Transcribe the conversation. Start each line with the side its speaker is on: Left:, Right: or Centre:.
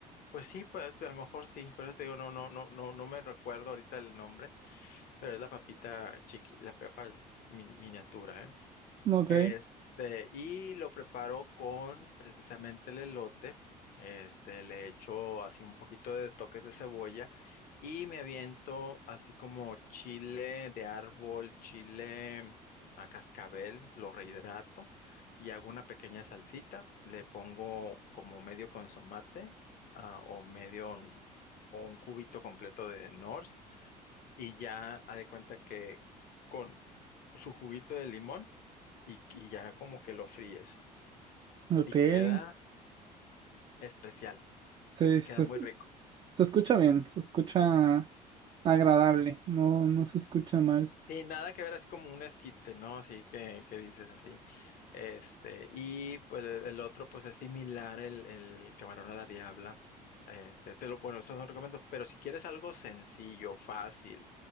Left: pues sí, pues a lo mejor sí, por eso te digo, no, no, no, no, no me recuerdo ahorita el nombre, pero es la papita chiqui, la papa min- miniatura, ¿eh?
Right: no, ok.
Left: Este, y lo preparo con precisamente el elote. Este, le echo así un poquito de toques de cebolla y me aviento así como chile de árbol, chile a cascabel, lo rehidrato y hago una pequeña salsita. Le pongo como medio consomate, ah, o medio o un cubito completo de Norse y ya ha de cuenta que con su juguito de limón y, y ya como que lo fríes
Right: Ok,
Left: y
Right: sí,
Left: queda especial,
Right: sí, se,
Left: queda muy
Right: es-
Left: rico.
Right: se escucha bien, se escucha
Left: Sí,
Right: agradable, no, no se escucha mal.
Left: sí, nada que ver así como un esquite, ¿no? Así que, que dices así. Este, y pues el el otro pues es similar el, el camarón a la diabla. Este, te lo, bueno, esos son recomiendo, pero si quieres algo sencillo, fácil,